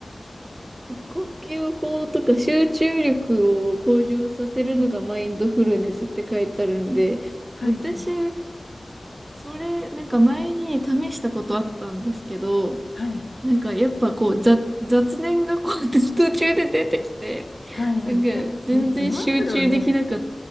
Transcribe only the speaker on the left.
<laughs> はいはい。
はい
はい。はいはい。
いや、で、出ますよね。